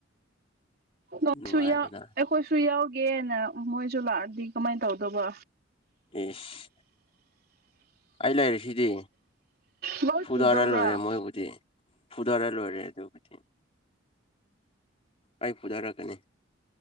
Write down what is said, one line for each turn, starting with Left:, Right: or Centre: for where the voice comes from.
Right: ꯅ
Left: ꯅꯨꯡꯉꯥꯏꯕꯅ
Right: ꯑꯩꯈꯣꯏꯁꯨ ꯌꯥꯎꯒꯦꯅ ꯃꯣꯏꯁꯨ ꯂꯥꯛꯑꯗꯤ ꯀꯃꯥꯏꯅ ꯇꯧꯗꯧꯕ
Left: ꯑꯩꯁ ꯑꯩ ꯂꯩꯔꯤꯁꯤꯗꯤ
Right: ꯂꯣꯏ ꯄꯨꯗꯧꯕ꯭ꯔꯥ
Left: ꯐꯨꯗꯔ ꯂꯣꯏꯔꯦ ꯃꯣꯏꯕꯨꯗꯤ ꯐꯨꯗꯔ ꯂꯣꯏꯔꯦ ꯑꯗꯨꯕꯨꯗꯤ ꯑꯩ ꯐꯨꯗꯔꯛꯀꯅꯤꯓ